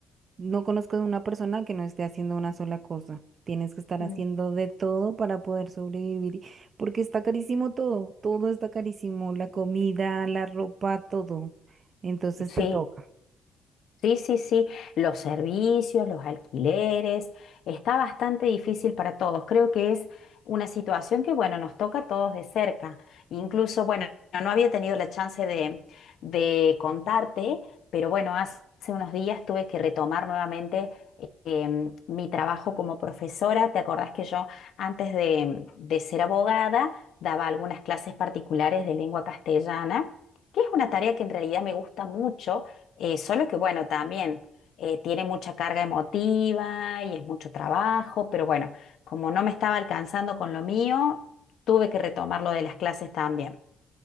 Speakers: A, on the right (about 45°); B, on the left (about 70°).
A: no conozco de una persona que no esté haciendo una sola cosa. Tienes que estar
B: Mm.
A: haciendo de todo para poder sobrevivir, y- porque está carísimo todo, todo está carísimo, la comida, la ropa, todo. Entonces
B: Sí,
A: te toca.
B: Sí, sí, sí, los servicios, los alquileres, está bastante difícil para todos. Creo que es una situación que, bueno, nos toca a todos de cerca. Incluso, bueno, no había tenido la chance de, de contarte, pero bueno, hace hace unos días tuve que retomar nuevamente em, mi trabajo como profesora. ¿Te acordás que yo antes de, de ser abogada daba algunas clases particulares de lengua castellana, que es una tarea que en realidad me gusta mucho, eh, solo que bueno, también eh, tiene mucha carga emotiva y es mucho trabajo, pero bueno, como no me estaba alcanzando con lo mío, tuve que retomar lo de las clases también.